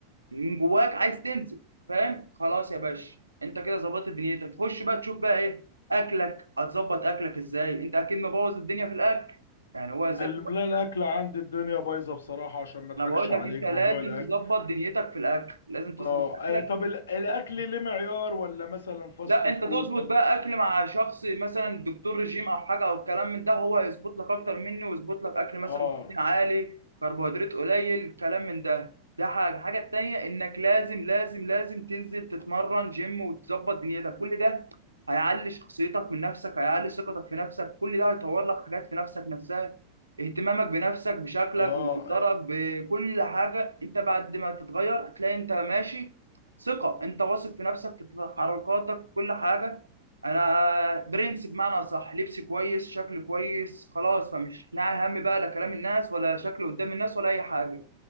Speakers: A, on the right; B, on the left.
A: من جواك عايز تنزل فاهم خلاص يا باشا انت كده ظبطت دنيتك تخش بقى تشوف بقى ايه اكلك هتظبط اكلك ازاي انت اكيد مبوظ الدنيا في الاكل يعني هو ازاي
B: ال- لا الاكل عندي الدنيا بايظه بصراحه عشان ما اضحكش
A: انا بقول
B: عليك
A: لك انت لازم
B: موضوع الاكل
A: تظبط دنيتك في الاكل لازم تظبط
B: اه أي-
A: اكلك
B: طب ال- الاكل ليه معيار ولا مثلا فاست
A: لا
B: فود
A: انت تظبط
B: ولا
A: بقى اكل مع شخص مثلا دكتور رجيم او حاجه او الكلام من ده هو هيظبط لك اكتر مني ويظبط لك اكل مثلا
B: اه
A: بروتين عالي كربوهيدرات قليل كلام من ده ده حاجه الحاجه التانيه انك لازم لازم لازم تنزل تتمرن جيم وتظبط دنيتك كل ده هيعلي شخصيتك من نفسك هيعلي ثقتك في نفسك كل ده هيطور لك حاجات في نفسك نفسها اهتمامك بنفسك بشكلك
B: اه
A: بمنظرك بكل حاجه انت بعد ما تتغير هتلاقي انت ماشي ثقه انت واثق في نفسك في تحركاتك في كل حاجه انا برنس بمعنى اصح لبسي كويس شكلي كويس خلاص فمش ناعي هم بقى لا كلام الناس ولا شكلي قدام الناس ولا اي حاجه